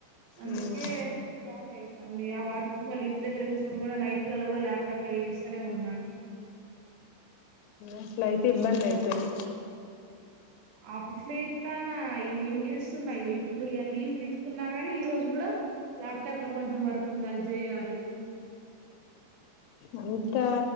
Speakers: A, on the right (about 70°); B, on the left (about 85°).
A: అందుకే
B: ఊమ్,
A: చికకై వందిగా వర్ మొత్తం మళ్ళీ ఇంటి దగ్గర కూర్చొని కూడా నైట్లలొ అకూడా ల్యాప్టాప్ లా చేస్తనే ఉన్నా
B: అట్ల అయితె ఇబ్బంది అయితది
A: ఆఫీస్ లో చేత్తన్న ఈవినింగ్ చేస్తున్నా ఇప్పుడు లీవ్ తీసుకున్నా, గని ఈ రోజు కూడ ల్యాప్టాప్ లో కొంచెం వర్క్ ఉంది అది చేయాలి
B: అంతా